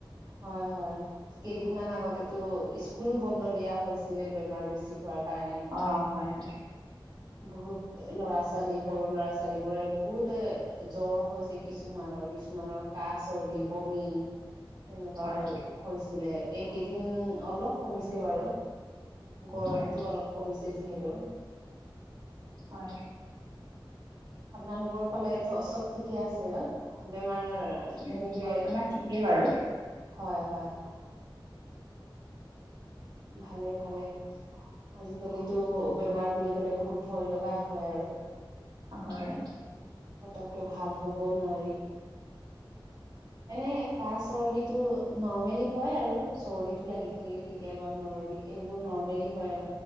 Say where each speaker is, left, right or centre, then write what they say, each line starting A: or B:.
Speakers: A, on the right; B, on the right.
A: হয় হয়, কেইদিনমান আগতেটো স্কুলো বন্ধ দিয়া হৈছিলে বেমাৰ বেছি হোৱাৰ কাৰণে
B: অ', হয় হয়।
A: বহুত ল'ৰা ছোৱালী, সৰু ল'ৰা ছোৱালী বোৰে বহুত জ্বৰ হৈছে কিছুমানৰ কিছুমানৰ কাঁ চৰ্দি, বমি তেনেকুৱা
B: হয়
A: হৈ-হৈছিলে। কেইদিন অলপ কমিছে বাৰু, গৰমটো
B: হয়
A: অলপ কমিছ যিহেতু
B: হয়।
A: আপোনালোকৰ ফালে এইটোয়া অচব ঠিকে আছে আৰু, আমাৰ
B: উম
A: তেনেকে,
B: বৰ্তমান ঠিকেই বাৰু।
A: হয় হয়। ভালে ভালে, আজিকালিতো বেমাৰ বুলি ক'লে বহুত ভয় লগাই হয় আৰু
B: হয়।
A: কতকে ভাল হব নোৱাৰি। এনে কাহ চৰ্দিটো নৰ্মেলি হয় আৰু চৰ্দিটো লাগি থাকিলে কেতিয়াবা মূৰৰ বি সেইবোৰ নৰ্মেলি হয় আৰু